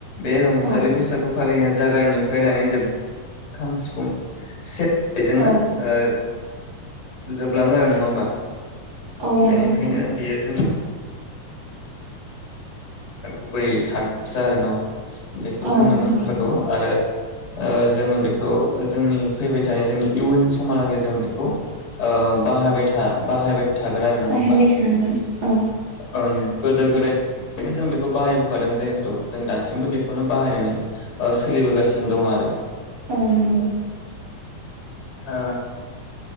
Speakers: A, on the left; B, on the right.
A: बे रंजालि
B: औ
A: बैसागु फालिनाया जो जागायनिफ्राय लानानै जोब खाम सिफुं से बेजोंनो
B: औ
A: ओ जोबलाङो आरो नङा होमबा।
B: औ
A: बेनिखायनो
B: नंगौ नोंथां
A: बेयो जों गुबै थादसा आरो न। बेखौ
B: औ
A: जोंनो
B: नंगौ
A: नांथारगौ आरो ओ जोङो बेखौ ओज जोंनि फैबाय थानाय जोंनि इयुन समहालागे जों बेखौ ओ बाहायबायथा बाहायबाय थागोन आरो नङा
B: बाहायबाय
A: होमबा
B: थानांगोन औ
A: ओम। गोदो गोदायनो जों बेखौ बाहायबोखादों जिहेथु जों दासिमबो बेखौनो बाहायनानै ओ सोलिबोगासिनो दं आरो
B: औ नंगौ।
A: ओ